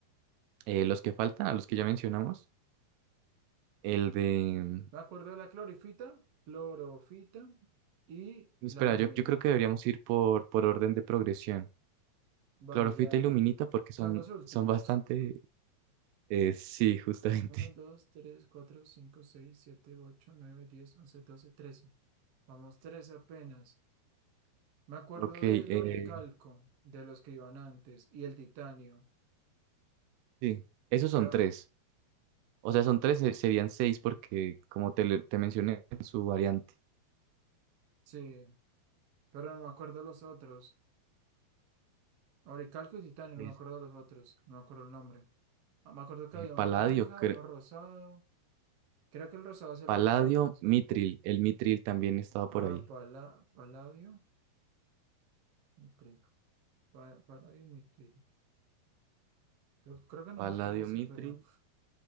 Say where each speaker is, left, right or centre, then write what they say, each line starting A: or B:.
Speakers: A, on the right; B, on the right.
A: eh, los que faltan, a los que ya mencionamos. El de
B: Me acuerdo de la clorifita, clorofita y
A: Espera,
B: la aluminita.
A: yo, yo creo que deberíamos ir por, por orden de progresión.
B: Vale,
A: Clorofita
B: ya
A: y luminita porque son,
B: son los últimos.
A: son bastante... eh, sí, justamente.
B: uno dos
A: <laughs>
B: tres cuatro cinco seis siete ocho nueve diez once doce trece Vamos, 13 apenas. Me acuerdo
A: Ok,
B: del
A: eh,
B: oricalco, de los que iban antes, y el titanio,
A: sí, esos
B: pero
A: son tres. O sea, son tres, eh, serían seis porque, como te, le- te mencioné, en su variante.
B: sí, pero no me acuerdo los otros. Oricalco y titanio,
A: Es,
B: no me acuerdo los otros, no me acuerdo el nombre. Ah, me acuerdo que
A: eh,
B: había
A: paladio,
B: uno naranja,
A: cre-
B: uno rosado. Creo que el rosado es el
A: paladio,
B: oricalco.
A: mitril. El mitril también estaba
B: Ah,
A: por ahí.
B: pala, paladio, mitril, pa- paladio y mitril. Creo, creo que no
A: Paladio,
B: se escribe así,
A: mitril.
B: pero